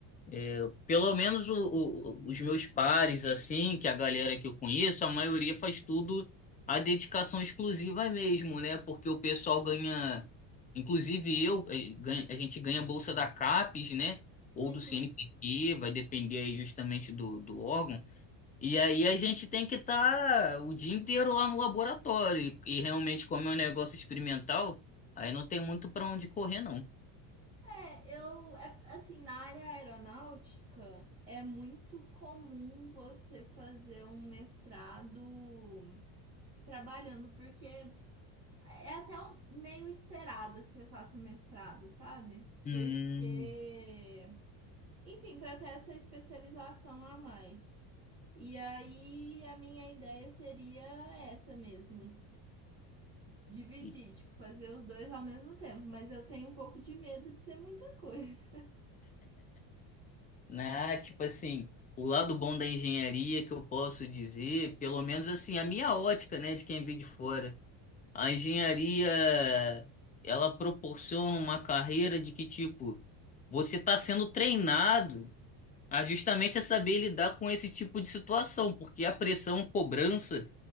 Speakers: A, on the left; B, on the right.
A: é, pelo menos o- o- os meus pares, assim, que a galera que eu conheço, a maioria faz tudo a dedicação exclusiva mesmo, né? Porque o pessoal ganha. Inclusive eu, eh, ganha- a gente ganha bolsa da CAPES, né? Ou
B: Uhum.
A: do CNPq, vai depender aí justamente do, do órgão. E aí a gente tem que estar o dia inteiro lá no laboratório. E, e realmente, como é um negócio experimental, aí não tem muito para onde correr, não.
B: É, eu, é, assim, na área aeronáutica é muito comum você fazer um mestrado trabalhando, porque É até um, meio esperado que você faça mestrado, sabe?
A: Hum,
B: Porque, enfim, para ter essa especialização a mais. E aí a minha ideia seria essa mesmo, dividir,
A: e-
B: tipo, fazer os dois ao mesmo tempo, mas eu tenho um pouco de medo de ser muita coisa. <laughs>
A: né? Tipo assim, o lado bom da engenharia que eu posso dizer, pelo menos assim, a minha ótica, né, de quem vê de fora. A engenharia, ela proporciona uma carreira de que, tipo, você está sendo treinado a justamente a saber lidar com esse tipo de situação, porque a pressão, cobrança